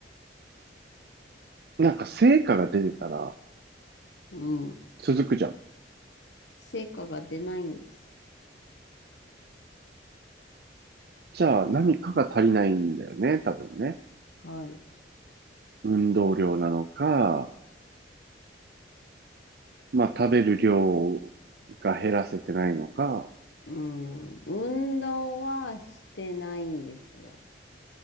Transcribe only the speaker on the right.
なんか成果が出てたら
続くじゃん。
じゃあ何かが足りないんだよね、多分ね。
運動量なのか、まあ食べる量が減らせてないのか、